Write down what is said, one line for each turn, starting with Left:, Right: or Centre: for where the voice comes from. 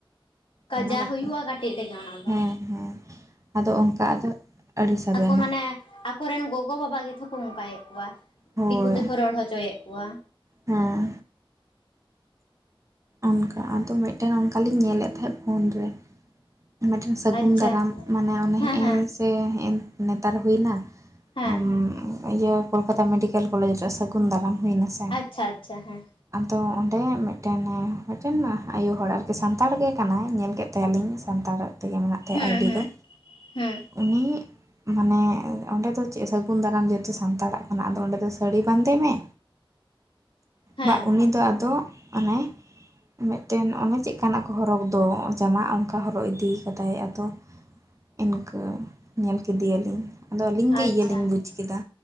Right: ᱚᱱᱟ
Left: ᱡᱟ
Right: ᱵᱟᱠᱚ,
Left: ᱦᱩᱭᱩᱜᱼᱟ ᱠᱟᱹᱴᱤᱡ ᱨᱮᱜᱮ ᱚᱱᱟ ᱫᱚ
Right: ᱦᱮᱸ ᱦᱮᱸ᱾ ᱟᱫᱚ ᱚᱱᱠᱟ ᱟᱫᱚᱜ, ᱟᱹᱰᱤ ᱥᱟᱵᱮ
Left: ᱟᱠᱚ
Right: ᱟᱱᱟᱭ᱾
Left: ᱢᱟᱱᱮ ᱟᱠᱚᱨᱮᱱ ᱜᱚᱜᱚ ᱵᱟᱵᱟ ᱜᱮᱛᱷᱚᱦᱚ ᱠᱚ ᱚᱸᱠᱟᱭᱮᱫ ᱠᱚᱣᱟ,
Right: ᱦᱳᱭ
Left: ᱫᱤᱠᱩ ᱛᱮᱠᱚ ᱨᱚᱲ ᱦᱚᱪᱚᱭᱮᱜ ᱠᱚᱣᱟ,
Right: ᱦᱮᱸ, ᱚᱱᱠᱟ ᱟᱫᱚ ᱢᱮᱫᱴᱟᱹᱱ ᱚᱱᱠᱟ ᱞᱤᱧ ᱧᱮᱻᱞᱮᱫ ᱛᱟᱦᱮᱸᱜ ᱯᱷᱳᱱ ᱨᱮ᱾ ᱢᱤᱫᱴᱟᱹᱱ ᱥᱟᱹᱜᱩᱱ
Left: ᱟᱪᱪᱷᱟ
Right: ᱫᱟᱨᱟᱢ ᱢᱟᱱᱮ ᱚᱱᱮ
Left: ᱦᱮᱸ
Right: ᱦᱮᱸᱜᱼᱮ
Left: ᱦᱮᱸ
Right: ᱥᱮ, ᱦᱮᱸᱜᱼᱮ᱾ ᱱᱮᱛᱟᱨ ᱦᱩᱭ ᱮᱱᱟ,
Left: ᱦᱮᱸ
Right: ᱟᱢ ᱚ ᱤᱭᱟᱹ ᱠᱳᱞᱠᱟᱛᱟ ᱢᱮᱰᱤᱠᱮᱞ ᱠᱚᱞᱮᱡᱽ ᱨᱮ ᱥᱟᱹᱜᱩᱱ ᱫᱟᱨᱟᱢ ᱦᱩᱭ ᱮᱱᱟ ᱥᱮ,
Left: ᱟᱪᱪᱷᱟ ᱟᱪᱪᱷᱟ ᱦᱮᱸ,
Right: ᱟᱫᱚ ᱚᱸᱰᱮ ᱢᱤᱫᱴᱟᱹᱱ ᱢᱤᱫᱴᱟᱹᱱ ᱟᱭᱳ ᱦᱚᱲ ᱟᱨᱠᱤ ᱥᱟᱱᱛᱟᱲ ᱜᱮ ᱠᱟᱱᱟᱭ, ᱧᱮᱞ ᱠᱮᱫ ᱛᱟᱭᱟ ᱞᱤᱧ ᱥᱟᱱᱛᱟᱲᱟᱜ ᱛᱮᱜᱮ ᱢᱮᱱᱟᱜ ᱛᱟᱭᱟ
Left: ᱦᱮᱸ
Right: ᱟᱭᱰᱤ
Left: ᱦᱮᱸ
Right: ᱫᱚ,
Left: ᱦᱮᱸ
Right: ᱩᱱᱤ ᱢᱟᱱᱮ ᱚᱸᱰᱮ ᱫᱚ ᱪᱮᱜ ᱥᱟᱹᱜᱩᱱ ᱫᱟᱨᱟᱢ ᱡᱮᱛᱮ ᱥᱟᱱᱛᱟᱲᱟᱜ ᱠᱟᱱᱟ, ᱟᱫᱚ ᱚᱸᱰᱮ ᱫᱚ ᱥᱟᱹᱲᱤ ᱵᱟᱸᱫᱮ ᱢᱮ,
Left: ᱦᱮᱸ
Right: ᱵᱟ ᱩᱱᱤ ᱫᱚ ᱟᱫᱚᱜ ᱚᱱᱮ ᱢᱤᱫᱴᱟᱹᱱ ᱚᱱᱮ ᱪᱮᱫ ᱠᱟᱱᱟᱜ ᱠᱚ ᱦᱚᱨᱚᱜᱽ ᱫᱚ, ᱚᱸ ᱡᱟᱢᱟᱜ ᱠᱟ ᱦᱚᱨᱚᱜ ᱤᱫᱤ ᱟᱠᱟᱫᱟᱭ, ᱟᱫᱚ ᱤᱱᱠᱟᱹ ᱧᱮᱞ ᱠᱮᱫᱮᱭᱟᱹᱞᱤᱧ᱾ ᱟᱫᱚ ᱟᱹᱞᱤᱧ
Left: ᱟᱪᱪᱷᱟ
Right: ᱜᱮ ᱤᱭᱟᱹᱞᱤᱧ ᱵᱩᱡᱽ ᱠᱮᱫᱟ᱾